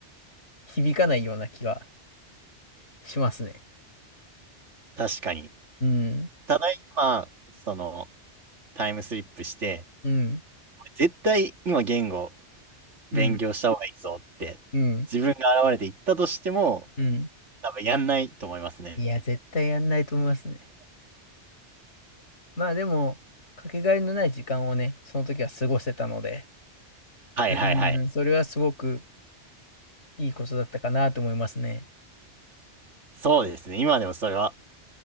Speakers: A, on the left; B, on the right.
A: 響かないような気がしますね。
B: 確かに。
A: うん、
B: ただ今、その、タイムスリップして、
A: うん、
B: 絶対今言語
A: うん、
B: 勉強した方がいいぞって、
A: うん、
B: 自分が現れて言ったとしても、
A: うん。
B: 多分やんないと思いますね。
A: いや、絶対やんないと思いますね。まあでも、かけがえのない時間をね、その時は過ごせたので、
B: はいはいはい。
A: うん、それはすごくいいことだったかなと思いますね。
B: そうですね。今でもそれは